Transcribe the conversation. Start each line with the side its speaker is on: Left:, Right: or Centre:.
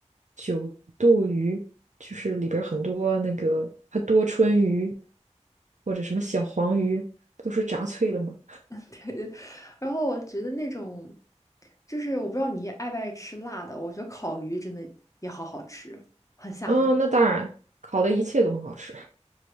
Right: 九肚鱼，就是里边儿很多那个还多春鱼，或者什么小黄鱼，不都是炸脆的嘛。
Left: <laughs> 然后我觉得那种，就是我不知道你爱不爱吃辣的，我觉得烤鱼真的也好好吃，很下饭。
Right: 嗯，那当然，烤的一切都很好吃，